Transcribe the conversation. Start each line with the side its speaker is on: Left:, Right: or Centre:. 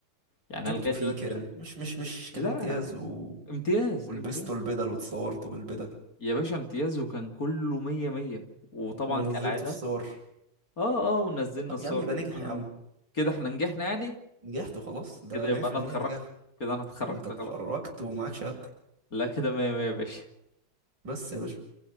Left: يعني
Right: جبته
Left: أنا لغايه
Right: فيه
Left: دلوقتي
Right: كام
Left: مش قادر
Right: مش مش مش
Left: لا
Right: كان امتياز و...
Left: امتياز
Right: ولبسته
Left: امتياز
Right: البدل واتصورته بالبدل
Left: يا باشا امتياز وكان كله مية مية وطبعا
Right: ونزلته
Left: كالعادة
Right: الصور
Left: اه اه ونزلنا
Right: طب
Left: الصور
Right: يا عم يبقى نجح
Left: كان كله
Right: يا عم
Left: مية كده احنا نجحنا يعني
Right: نجحت وخلاص ده
Left: كده يبقى
Right: 100%
Left: انا اتخرجت
Right: نجاح
Left: كده انا اتخرجت
Right: انت اتخرجت
Left: خلاص
Right: ومعاك شهادتك
Left: لا كده مية مية يا باشا
Right: بس يا باشا